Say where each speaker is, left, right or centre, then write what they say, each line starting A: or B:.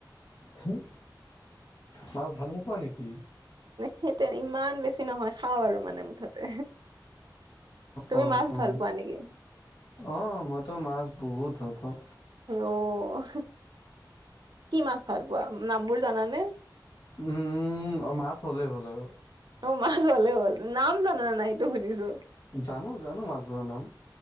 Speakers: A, on the left; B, on the right.
A: ধেই, মাছ ভাল নোপোৱা নেকি?
B: সেইতে ইমান বেছি নহয়, খাওঁ আৰু মানে মুঠতে। তুমি
A: অ
B: মাছ
A: অ
B: ভাল পোৱা নেকি?
A: অ', মইতো মাছ বহুত ভাল পাওঁ।
B: অ', কি মাছ ভাল পোৱা নামবোৰ জানানে?
A: উম, মাছ হ'লেই হ'ল আৰু।
B: অ', মাছ হ'লে হ'ল। নাম জানানে নাই সেইটো সুধিছো?
A: জানো, জানো মাছবোৰ নাম।